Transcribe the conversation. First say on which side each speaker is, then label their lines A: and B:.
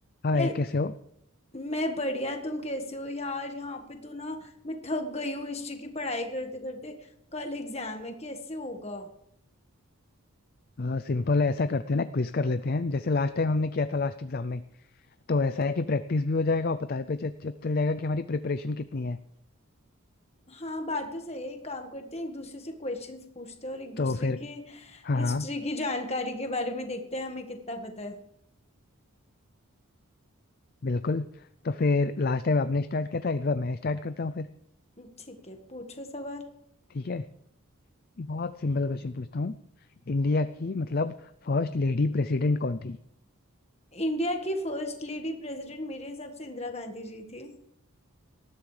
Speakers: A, on the left (about 45°); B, on the left (about 30°).
A: हाँ
B: हे-
A: ये कैसे हो
B: मैं बढ़िया तुम कैसे हो यार यहाँ पे तो ना मैं थक गई हूँ हिस्ट्री की पढ़ाई करते करते कल एग्जाम है कैसे होगा
A: आ, सिंपल है ऐसा करते हैं ना क्विज कर लेते हैं जैसे लास्ट टाइम हमने किया था लास्ट एग्जाम में तो ऐसा है कि प्रैक्टिस भी हो जाएगा और पता भी चल चल- चल जाएगा कि हमारी प्रिपरेशन कितनी है
B: हाँ बात तो सही है एक काम करते हैं एक दूसरे से क्वेश्चंस पूछते हैं और एक दूसरे
A: तो फिर
B: की
A: हाँ
B: हिस्ट्री
A: हाँ
B: की जानकारी के बारे में देखते हैं हमें कितना पता है
A: बिल्कुल तो फिर लास्ट टाइम आपने स्टार्ट किया था इस बार मैं स्टार्ट करता हूँ फिर
B: हम्म, ठीक है पूछो सवाल
A: ठीक है बहुत सिंपल क्वेश्चन पूछता हूँ इंडिया की मतलब फर्स्ट लेडी प्रेसिडेंट कौन थी
B: इंडिया की फर्स्ट लेडी प्रेसिडेंट मेरे हिसाब से इंदिरा गांधी जी थी